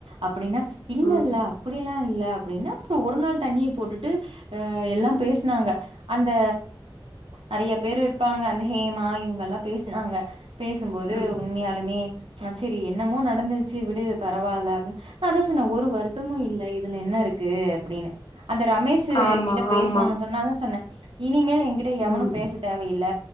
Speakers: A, on the right; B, on the left.
A: அப்புடின்ன இல்ல
B: ம்
A: இல்ல அப்புடி எல்லா இல்ல அப்டின்ன அப்றோ ஒரு நாள் தண்ணிய போட்டுட்டு அ எல்லாம் பேஸ்னாங்க அந்த நெறைய பேரு இருப்பாங்க அந்த ஹேமா இவுங்கல்லா பேசுனாங்க பேசும்போது
B: ம்
A: உண்மையாலுமே ஆ செரி என்னமோ நடந்துருச்சு விடு பரவால்ல அப்னு நாதா சொன்ன ஒரு வருத்தமு இல்ல இதுல என்ன இருக்கு அப்டின்னு அந்த ரமேஷு
B: ஆமா
A: என்கிட்ட பேசுணுனு
B: ஆமா
A: சொன்னாவு சொன்னே இனிமேல் என்கிட்ட
B: ம்
A: எவனு பேச தேவயில்ல